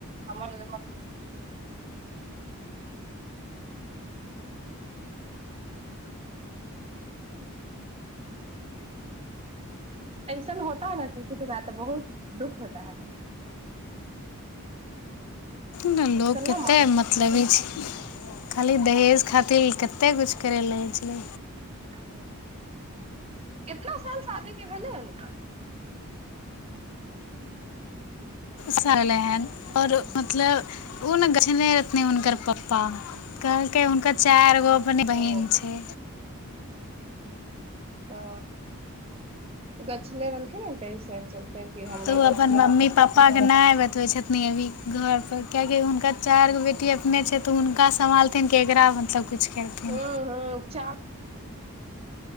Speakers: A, on the right; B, on the left.
A: हमर ऐसन होता है न किसी के साथ बहुत दुःख होता है
B: ने लोक
A: कल्ला
B: कतेक
A: मारे
B: मतलबी छै खाली दहेज खातिर कतेक किछु करै ल रहै छलै
A: हाँ कितना साल शादीे भेलै हुनका
B: सलै हन आओर मतलब ओ ने गछने रहथिन हुनकर पप्पा कहलकै हुनकर चारि गो उन बहन
A: ओ
B: छै
A: ओ गछले रहलखिन तेइस चलते कि हमरा
B: तू
A: गछले
B: अपन मम्मी
A: रह
B: पापा के नहि बतबै छथिन अपने अभी घरपर किएकि हुनकर चारि गो बेटी अपने छै तऽ हुनका सम्हालथिन ककरा मतलब किछु करथिन
A: हुँ हुँ चार -